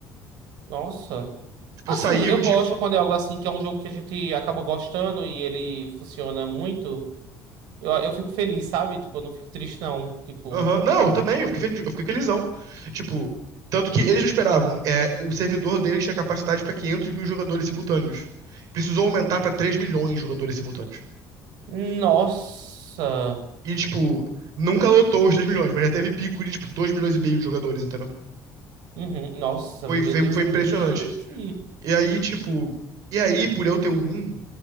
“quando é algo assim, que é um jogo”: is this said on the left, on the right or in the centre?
Right